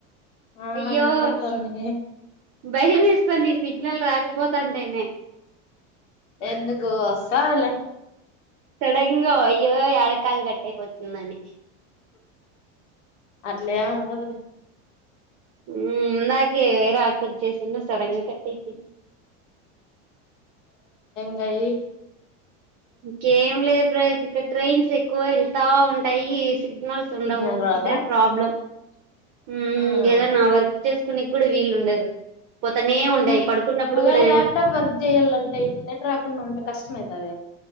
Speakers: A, on the left; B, on the right.
A: ఆ
B: అయ్యో
A: వినపడుతుంది
B: భయంమేస్తోంది సగ్నల్ రాకపో పోతంటేనే
A: ఎందుకో అస్తాదిలే
B: సడన్గ అయ్యో యడ కాల్ కట్ట అయిపోతుందని
A: అట్లెం ఉండదులే.
B: ఉ ఇందకే వేరా అక్క కి చేస్తుండే సడన్గా కట్ అయిపోఇంది
A: వయి
B: ఇంకేం లేదు <unintelligible> ఇక్క ట్రైన్స్ ఎక్కువ వెళ్తా ఉంటాయి. సిగ్నల్స్ ఉండవు
A: సిగ్నల్ రాదా
B: ఇదే ప్రాబ్లం. ఊ
A: ఉమ్
B: ఏదై నా వర్క్ చేసుకునే కూడా వీలు ఉండదు. పోతనే
A: ఆహా
B: ఉండయి పడుకున్నప్పుడు
A: ఒకవేళ
B: కూడా
A: ల్యాప్టాప్ వర్క్ చేయ్యాలంటే ఇంటర్నెట్ రాకుండా ఉంటే కష్టం ఐతది